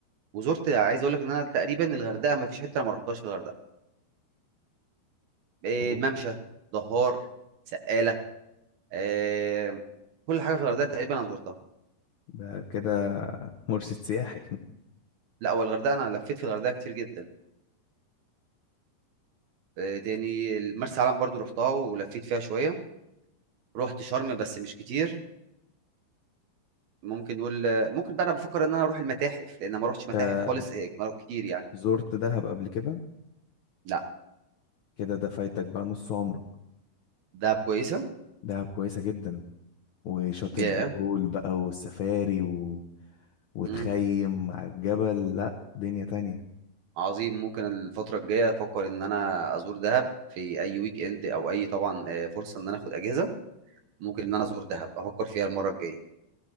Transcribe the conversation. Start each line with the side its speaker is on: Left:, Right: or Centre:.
Right: وزرت عايز اقول لك ان انا تقريبا الغردقه ما فيش حته أنا ما رحتهاش في الغردقه آه،
Left: أوه،
Right: ممشى دهار سقاله آه، كل حاجه في الغردقه تقريبا انا زرتها
Left: ده كده مرشد سياحي <laughs>
Right: لا هو الغردقه انا لفيت في الغردقه كتير جدا آه، تاني مرسى علم برضو رحتها ولفيت فيها شويه رحت شرم بس مش كتير ممكن نقول آه، ممكن بقى انا بفكر ان انا اروح المتاحف لان ما روحتش متاحف
Left: أنت
Right: خالص هيك ما- كتير يعني
Left: زرت دهب قبل كده
Right: لا
Left: كده ده فايتك بقى نص عمرك
Right: دهب كويسه
Left: دهب كويسة جدا وشاطئ
Right: يا
Left: الهول بقى والسفاري و... وتخيم
Right: yeah.
Left: على الجبل لا دنيا تانية
Right: عظيم ممكن الفتره الجايه افكر ان انا ازور دهب في اي ويك اند او اي طبعا آه، فرصه ان انا اخد اجازه ممكن ان انا ازور دهب افكر فيها المره الجايه